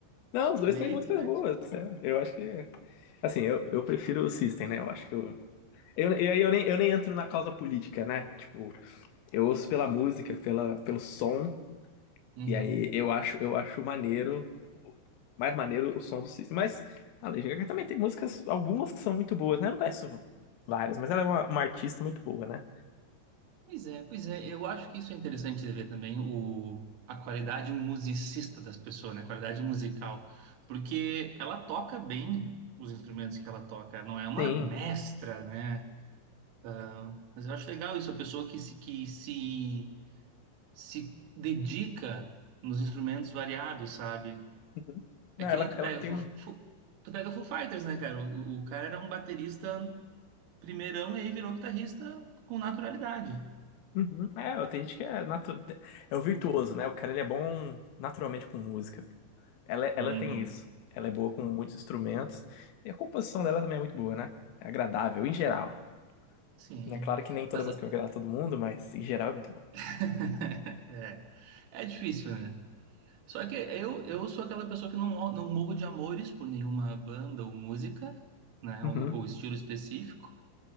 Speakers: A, on the left (about 85°); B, on the right (about 75°).
A: Não, os dois
B: bem
A: têm músicas
B: eclético.
A: boas, né? Eu acho que. Assim, eu, eu prefiro o System, né? Eu acho que. Eu, eu, e aí eu nem, eu nem entro na causa política, né? Tipo, eu ouço pela música, pela, pelo som,
B: Uhum.
A: e aí eu acho, eu acho maneiro mais maneiro o som do System. Mas a Lady Gaga também tem músicas, algumas que são muito boas, né? Eu não conheço várias, mas ela é uma, uma artista muito boa, né?
B: Pois é, pois é. Eu acho que isso é interessante de ver também o, a qualidade musicista das pessoas, né? A qualidade musical. Porque ela toca bem os instrumentos que ela toca. Ela Não é uma
A: Sim.
B: mestra, né? Ah, mas eu acho legal isso, a pessoa que se, que se, se dedica nos instrumentos variados, sabe?
A: Uhum. Não,
B: É que
A: ela,
B: nem tu
A: ela
B: pega
A: tem
B: Foo,
A: um.
B: Foo- tu pega Foo Fighters, né, cara? O, o cara era um baterista primeirão e aí virou guitarrista com naturalidade.
A: Uhum. É, tem gente que é, natu... é o virtuoso, né? O cara ele é bom naturalmente com música. Ela, ela
B: Uhum.
A: tem isso. Ela é boa com muitos instrumentos. E a composição dela também é muito boa, né? É agradável, em geral.
B: Sim.
A: Né? Claro que nem toda
B: Mas
A: música vai agradar todo mundo, mas em geral é muito boa.
B: <laughs> é, é difícil, né? Só que eu, eu sou aquela pessoa que não, não morro de amores por nenhuma banda ou música, né?
A: Uhum.
B: Ou, ou estilo específico.